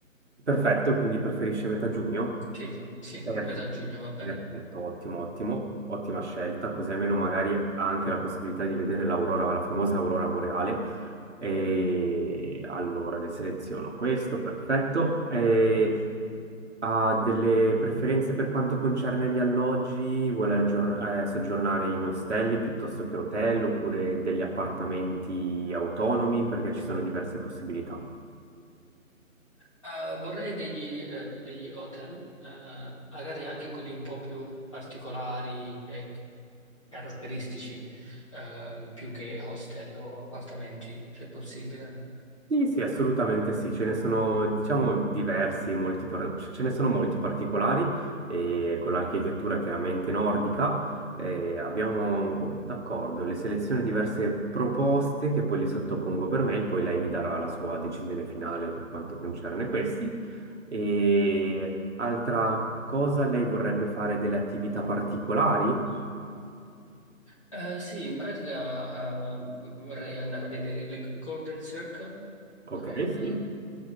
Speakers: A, on the right; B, on the left.
A: perfetto, quindi preferisce metà giugno.
B: Sì, sì,
A: Perfetto.
B: metà giugno va bene.
A: Perfetto, ottimo, ottimo, ottima scelta, così almeno magari ha anche la possibilità di vedere l'aurora, la famosa aurora boreale. E allora le seleziono questo, perfetto. E ha delle preferenze per quanto concerne gli alloggi? Vuole aggiorn- eh, soggiornare in ostelli piuttosto che hotel oppure degli appartamenti autonomi? Perché ci sono diverse possibilità.
B: Eh, vorrei degli, eh, degli hotel, eh, magari anche quelli un po' più particolari, caratteristici ehm, più che hostel o appartamenti, se possibile.
A: Sì, sì, assolutamente sì, ce ne sono, diciamo, diversi, molti par- ce ce ne sono molti particolari, e con l'architettura chiaramente nordica eh, abbiamo, d'accordo, le selezioni diverse proposte che poi le sottopongo per mail, poi lei mi darà la sua decisione finale per quanto concerne questi. E altra cosa, lei vorrebbe fare delle attività particolari?
B: Eh, sì, in pratica ehm, vorrei andare a vedere il Golden Circle,
A: Ok,
B: ehm,
A: sì.